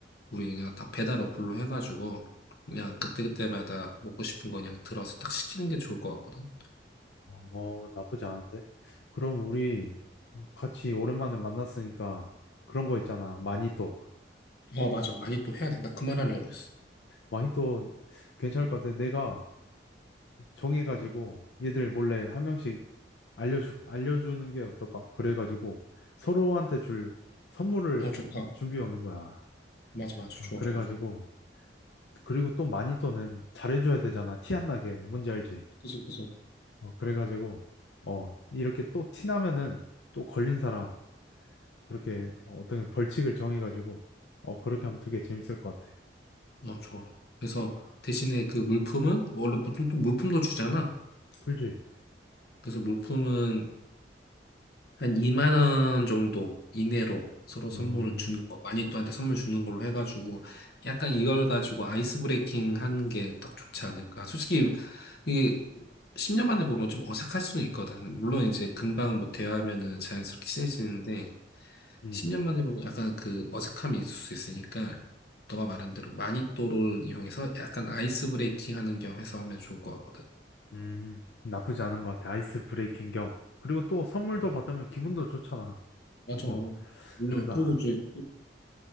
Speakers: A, on the left; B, on the left.
A: 우리 그냥 다 배달 어플로 해가지고 그냥 그때그때마다 먹고 싶은 거 그냥 들어서 딱 시키는 게 좋을 것 같거든.
B: 어, 나쁘지 않은데? 그럼 우리 같이 오랜만에 만났으니까 그런 거 있잖아. 마니또.
A: 어, 맞아. 많이 또 해야 돼. 나 그 말하려고 했어.
B: 마니또 괜찮을 것 같아. 내가 정해가지고 얘들 몰래 한 명씩 알려주, 알려주는 게 어떨까? 그래가지고 서로한테 줄 선물을
A: 어, 좋다.
B: 준비해 오는 거야.
A: 맞아, 맞아.
B: 어,
A: 좋아,
B: 그래가지고.
A: 좋아, 좋아.
B: 그리고 또 마니또는 잘해줘야 되잖아. 티 안 나게. 뭔지 알지?
A: 그치, 그치.
B: 어, 그래가지고. 어, 이렇게 또 티 나면은 또 걸린 사람. 그렇게 어떤 벌칙을 정해가지고 어 그렇게 하면 되게 재밌을 것 같아.
A: 어, 좋아. 그래서 대신에 그 물품은 뭐 원래 보통 또 물품도 주잖아.
B: 꿀지
A: 그래서 물품은 한 2만 원 정도 이내로 서로 선물을
B: 음,
A: 주는 거, 마니또한테 선물 주는 걸로 해가지고 약간 이걸 가지고 아이스 브레이킹 하는 게 딱 좋지 않을까. 솔직히 이게 10년 만에 보면 좀 어색할 수는 있거든. 물론 이제 금방 뭐 대화하면은 자연스럽게 친해지는데
B: 음,
A: 10년 만에 보면 약간 그 어색함이 있을 수 있으니까 너가 말한 대로 마니또를 이용해서 약간 아이스 브레이킹 하는 겸 해서 하면 좋을 것 같거든.
B: 음, 나쁘지 않은 것 같아. 아이스 브레이킹 겸. 그리고 또 선물도
A: 어, 어.
B: 받으면 기분도 좋잖아.
A: 맞아.
B: 어,
A: 물론
B: 그래서
A: 그리고
B: 아,
A: 이제